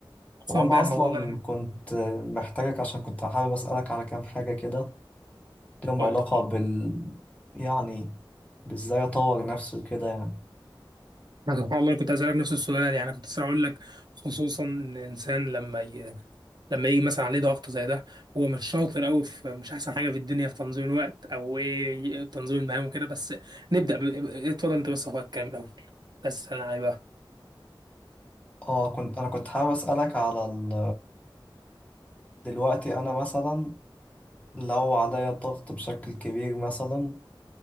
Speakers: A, on the right; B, on the left.
A: خصوصا
B: وانا
A: بقى
B: اصلا
A: الموضوع ده لما-
B: كنت محتاجك عشان كنت حابب اسالك على كام حاجه كده لهم
A: اتفضل
B: علاقه بال يعني بازاي اطور نفسي وكده يعني
A: أنا سبحان الله أنا كنت اسالك نفس السؤال يعني كنت لسه هقول لك خصوصا ان الانسان لما ي... <laughs> لما يجي مثلا عليه ضغط زي ده هو مش شاطر قوي في مش احسن حاجه في الدنيا في تنظيم الوقت او ايه تنظيم المهام وكده بس نبدا ب... اتفضل انت بس يا اخويا الكلام الاول بس انا عايز
B: اه كنت انا كنت حابب اسالك على ال... دلوقتي انا مثلا لو عليا ضغط بشكل كبير مثلا